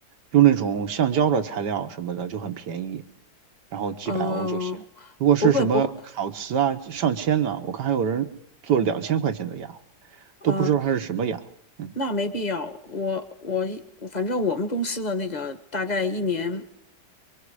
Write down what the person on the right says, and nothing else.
用那种橡胶的材料什么的就很便宜，然后几百欧就行。
如果是什么烤瓷啊，
上千呢，我看还有人做两千块钱的牙，都不知道它是什么牙。
嗯